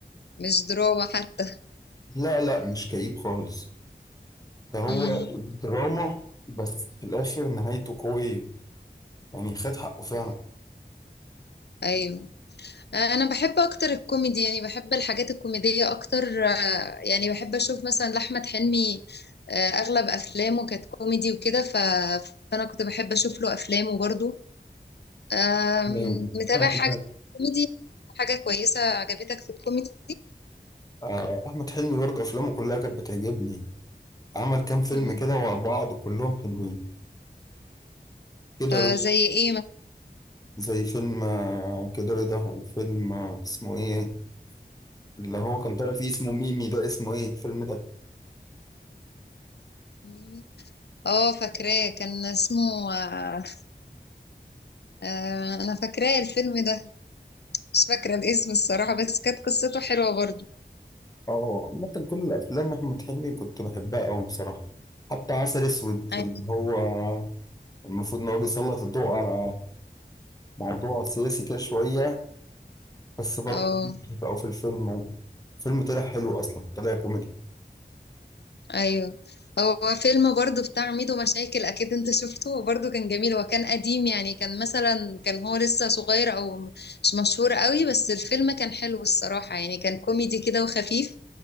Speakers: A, on the left; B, on the left.
A: مش دراما حتى
B: لا لا مش كئيب خالص ده هو
A: امم
B: دراما بس في الآخر نهايته قوية يعني خد حقه فعلا
A: ايوه انا بحب اكتر الكوميدي يعني بحب الحاجات الكوميديه اكتر آه، يعني بحب اشوف مثلا لاحمد حلمي آه، اغلب افلامه كانت كوميدي وكده ف... فانا كنت بحب اشوف له افلامه برضو آم،
B: جامد
A: متابع
B: أنا
A: حاجه
B: كمان
A: كوميدي حاجه كويسه عجبتك في الكوميدي
B: آه، أحمد حلمي برضه أفلامه كلها كانت بتعجبني عمل كام فيلم
A: مم.
B: كده ورا بعض كلهم حلوين كده
A: آه،
B: رضا
A: زي ايه مثلا
B: زي فيلم آه، كده رضا وفيلم آه، اسمه إيه اللي هو كان طالع فيه اسمه ميمي ده اسمه ايه الفيلم ده
A: ميمي اه فاكراه كان اسمه آه، آه، انا فاكراه الفيلم ده مش فاكره الاسم الصراحه بس كانت قصته حلوه برضو
B: اه عامة كل الافلام احمد حلمي كنت بحبها قوي بصراحة حتى عسل اسود
A: ايوه
B: اللي هو المفروض ان هو بيسلط الضوء على موضوع سياسي كده شوية بس برضه
A: اه
B: او في الفيلم فيلم طلع حلو اصلا طلع كوميدي
A: ايوه هو فيلم برضو بتاع ميدو مشاكل اكيد انت شفته هو برضو كان جميل هو كان قديم يعني كان مثلا كان هو لسه صغير او م- مش مشهور قوي بس الفيلم كان حلو الصراحة يعني كان كوميدي كده وخفيف